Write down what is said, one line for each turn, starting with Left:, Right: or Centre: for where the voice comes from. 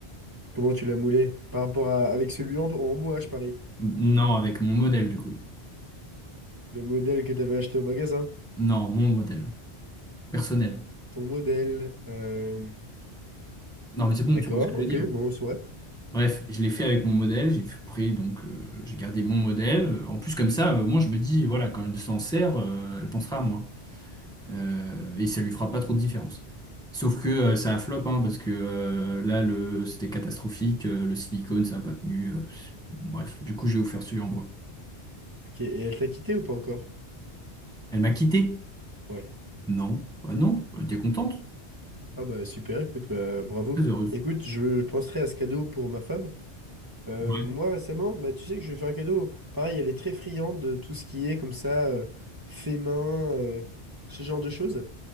Right: Comment tu l'as moulé? Par rapport à... Avec celui en, en bois, je parie.
Centre: M- Non, avec mon modèle, du coup.
Right: Le modèle que tu avais acheté au magasin.
Centre: Non, mon modèle. Personnel.
Right: Ton modèle... euh,
Centre: Non, mais c'est bon,
Right: D'accord,
Centre: tu vois ce que
Right: ok,
Centre: je veux dire.
Right: bon, soit.
Centre: Bref, je l'ai fait avec mon modèle, j'ai f- pris, donc euh, j'ai gardé mon modèle. En plus, comme ça, euh, au moins, je me dis, voilà, quand elle s'en sert, euh, elle pensera à moi. Euh, et ça lui fera pas trop de différence. Sauf que euh, ça a flop, hein, parce que euh, là, le, c'était catastrophique, euh, le silicone, ça a pas tenu. euh, bon, bref, du coup, j'ai offert celui en bois.
Right: Ok, et elle t'a quitté ou pas encore?
Centre: Elle m'a quitté?
Right: Ouais.
Centre: Non. Bah non, elle était contente,
Right: Ah bah super, écoute, bah bravo.
Centre: très heureuse.
Right: Écoute, je penserai à ce cadeau pour ma femme. Euh,
Centre: Ouais.
Right: moi récemment, bah tu sais que je lui ai fait un cadeau. Pareil, elle est très friande de tout ce qui est comme ça, euh, fait main, euh, ce genre de choses.